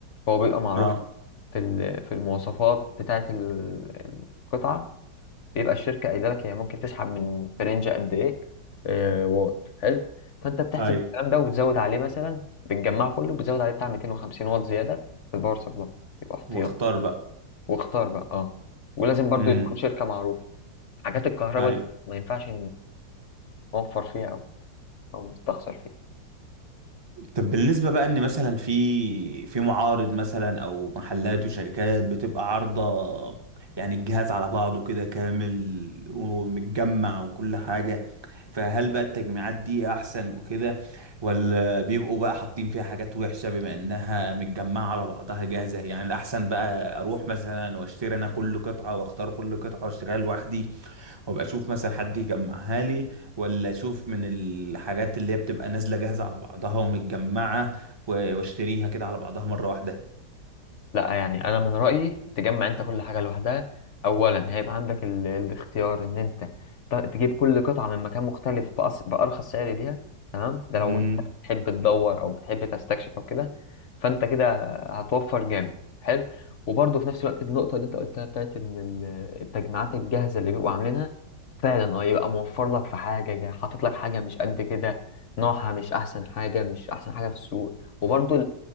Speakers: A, on the left; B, on the right.
A: هو بيبقى معروف
B: اه
A: في ال- في المواصفات بتاعه ال- القطعه بيبقى الشركه قايله لك هي ممكن تسحب من فرنجة قد ايه آه، واط حلو فانت بتحسب
B: ايوه
A: الكلام ده وبتزود عليه مثلا بتجمعه كله بتزود عليه بتاع 250 واط زياده في الباور سبلاي يبقى احتياط
B: واختار بقى
A: واختار بقى اه ولازم برضو
B: امم
A: تكون شركه معروفه حاجات الكهرباء
B: ايوه
A: دي ما ينفعش نوفر فيها او او نستخسر فيها
B: طب بالنسبه بقى ان مثلا في في معارض مثلا او محلات وشركات بتبقى عارضه يعني الجهاز على بعضه كده كامل ومتجمع وكل حاجه فهل بقى التجميعات دي احسن وكده ولا بيبقوا بقى حاطين فيها حاجات وحشه بما انها متجمعه على بعضها جاهزه يعني الاحسن بقى اروح مثلا واشتري انا كل قطعه واختار كل قطعه واشتريها لوحدي وابقى اشوف مثلا حد يجمعها لي ولا اشوف من الحاجات اللي هي بتبقى نازله جاهزه على بعضها ومتجمعه و- واشتريها كده على بعضها مره واحده
A: لا يعني انا من رايي تجمع انت كل حاجه لوحدها اولا هيبقى عندك ال... الاختيار ان انت ت- تجيب كل قطعه من مكان مختلف بأس... بارخص سعر ليها تمام ده لو
B: امم
A: انت بتحب تدور او بتحب تستكشف او كده فانت كده هتوفر جامد حلو وبرضه في نفس الوقت النقطه اللي انت قلتها بتاعت ان ال- التجميعات الجاهزه اللي بيبقوا عاملينها فعلا اه يبقى موفر لك في حاجه جا- حاطط لك حاجه مش قد كده نوعها مش احسن حاجه مش احسن حاجه في السوق وبرضه